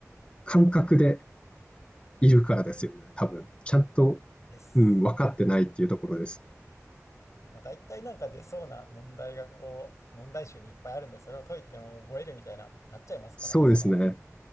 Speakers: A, on the left; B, on the left.
A: 感覚でいるからですよね、多分。ちゃんと、
B: ですよね。
A: うん、分かってないっていうところです。
B: まあ、大体なんか出そうな問題がこう、問題集にいっぱいあるんで、それを解いても覚えるみたいな、なっちゃいますからね、
A: そうですね。
B: その。